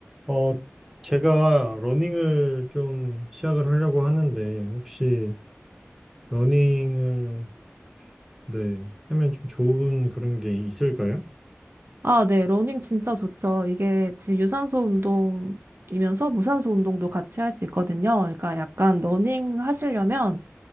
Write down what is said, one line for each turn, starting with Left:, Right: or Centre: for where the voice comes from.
Centre: 어, 제가 러닝을 좀 시작을 하려고 하는데, 혹시 러닝을, 네, 하면 좀 좋은 그런 게 있을까요?
Right: 아, 네. 러닝 진짜 좋죠. 이게 지금 유산소 운동이면서 무산소 운동도 같이 할 수 있거든요. 그러니까 약간 러닝 하시려면